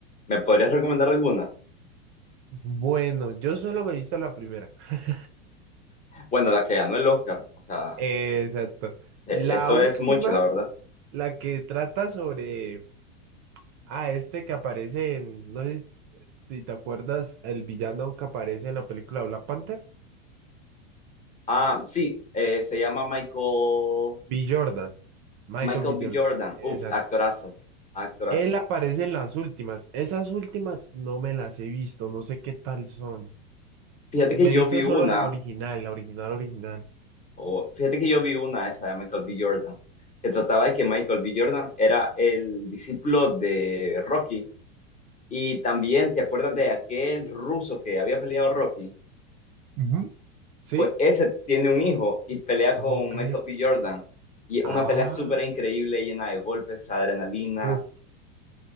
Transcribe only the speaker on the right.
Bueno, yo solo me he visto la primera. <laughs>
Eh, exacto.
La
última,
la que trata sobre, ah, este que aparece en, no sé si te acuerdas, el villano que aparece en la película Black Panther.
B. Jordan, Michael
B. Jordan,
exacto.
Él aparece en las últimas. Esas últimas no me las he visto, no sé qué tal son.
Eh, Me
he visto
solo la original, la original, original.
Ujú. ¿Sí?
Ok.
Ah,
uf,